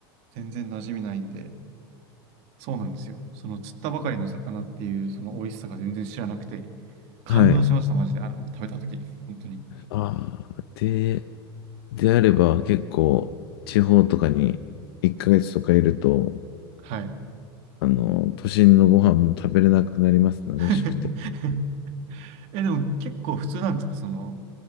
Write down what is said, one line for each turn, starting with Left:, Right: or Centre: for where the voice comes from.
Right: 全然馴染みないんで、そうなんですよ。その釣ったばかりの魚っていうその美味しさが全然知らなくて、感動しました、
Left: はい。
Right: マジで。あの、食べたとき、本当に。
Left: ああ、で、であれば結構地方とかに1ヶ月とかいると、
Right: はい。
Left: あの、都心のご飯も食べれなくなりますね。
Right: <laughs>
Left: 美味しくて。
Right: え、でも結構普通なんですかその、